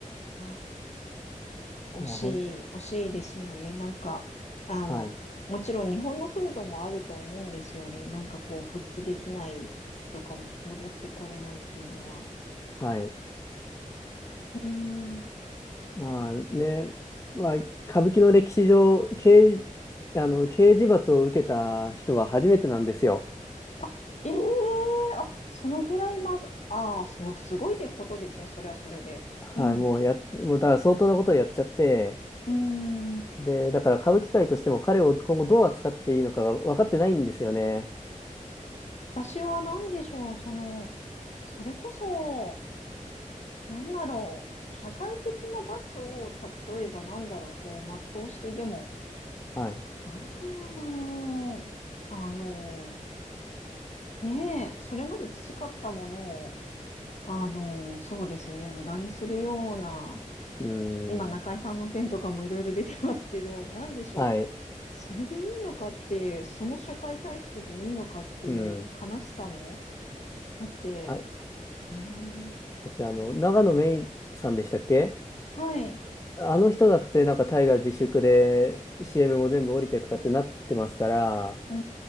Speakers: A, on the left; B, on the left.
A: ー惜しい、
B: いや、ほん、
A: 惜しいですよね。なんか、あの、
B: はい。
A: もちろん日本の風土もあると思うんですよね。なんかこう、復帰できないとか、戻ってこれないっていうのは。
B: はい。
A: うーん。
B: まあね、まあ、歌舞伎の歴史上、刑、あの、刑事罰を受けた人は初めてなんですよ。
A: あええあ、そのぐらいまず、ああ、そう、すごいってことですね。それはそれで。
B: はい。
A: うん。
B: もうや、
A: う
B: もうだから相当なことをやっちゃって、
A: ーん。
B: で、だから歌舞伎界としても彼を今後どう扱っていいのかが分かってないんですよね。
A: 私は何でしょう。その、それこそ、なんだろう。社会的な罰を、例えばなんだろう、こう、全うして、でも、
B: はい。
A: なんていうんだろう。あの、ねえ、それまで培ったものを、あの、そうですね、無駄にするような、
B: うー
A: 今、中井さんの件とかもいろいろ出てますけど、
B: ん。
A: なんでしょう。
B: はい。
A: それでいいのかっていう、その社会体質でいいのかっていう悲しさも、
B: うん。
A: だって、
B: あ、だ
A: ね
B: ってあの、長野芽いさんでしたっけ
A: えはい。
B: あの人だってなんか大河自粛で CM も全部降りてとかってなってますから、
A: うー